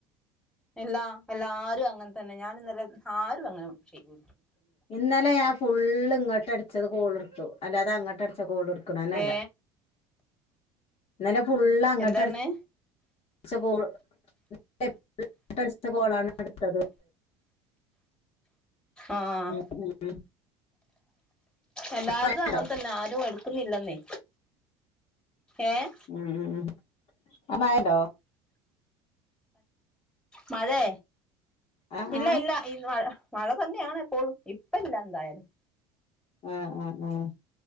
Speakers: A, in the centre; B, on the left (about 45°).
A: ഇല്ല എല്ലാരും അങ്ങൻ തന്നെ ഞാനും ഇന്നലെ ആരും അങ്ങനെ ചെയ്യൂ
B: ഇന്നലെ ഞാ ഫുള്ള് ഇങ്ങട്ടട്ച്ചേ കോള്ട്ത്തു അല്ലാതെ അങ്ങട്ട് അട്ച്ച കോള് ട്ക്ക്ണേനല്ല
A: ഏ
B: ഇന്നലെ ഫുൾ അങ്ങട്ട
A: എന്താർഞ്ഞേ
B: ച്ച കോള് <unintelligible> അട്ച്ച കോളാണ് ഞ ട്ത്തത്.
A: ആഹ്
B: ഉം ഉം
A: എല്ലാര്തു
B: മഴണ്ടോ
A: അങ്ങൻ തന്നെ ആരും എട്ക്ക്ന്നില്ലെന്നേ ഏഹ്
B: ഉം ഉം ഉം ആടെ മഴേണ്ടൊ?
A: മഴേ
B: ആ
A: ഇല്ല
B: ആ
A: ഇല്ല. മഴ മഴ തന്നെയാണ് എപ്പോഴും ഇപ്പല്ല എന്തായാലും.
B: ആഹ് ആഹ് ആഹ്